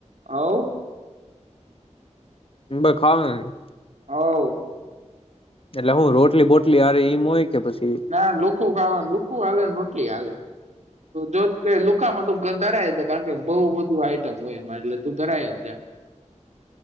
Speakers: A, on the right (about 65°); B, on the left (about 50°).
A: આવ
B: ભાઈ ખાવાનો કે ની
A: હોવ
B: એટલે હું રોટલી બોટલી હારે એમ હોય કે પછી
A: ના લોકો ગાવા કુ આલે રોટલી હાલે જો લુકામાં તો ધરાય જ કારણ કે બઉુ બધું આઈટમ હોય એમાં એટલે તું ધરાય જ જા